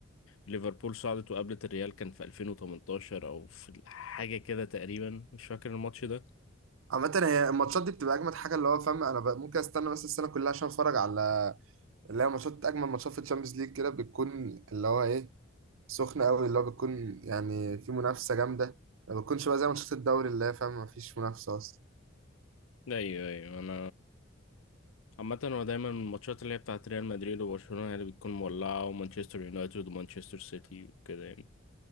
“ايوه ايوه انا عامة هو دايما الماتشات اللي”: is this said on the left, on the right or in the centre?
Left